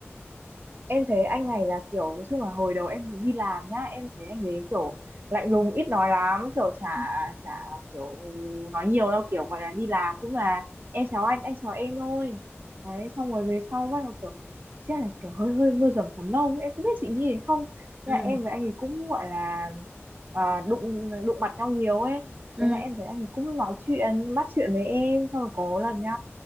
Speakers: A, on the right; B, on the right.
A: em thấy anh này là kiểu nói chung là hồi đầu em đi làm nhá em thấy anh đấy kiểu lạnh lùng ít nói lắm kiểu chả
B: ừ
A: chả kiểu nói nhiều đâu kiểu gọi là đi làm cũng là em chào anh anh chào em thôi đấy xong rồi về sau bắt đầu kiểu chắc là kiểu hơi hơi mưa dầm thấm lâu em không biết chị nghĩ thế không Thế
B: ừ
A: là em với anh ấy cũng gọi là à, đụng đụng mặt nhau nhiều ấy
B: ừ
A: thế là em thấy anh ấy cũng nói chuyện bắt chuyện với em xong rồi có lần nhá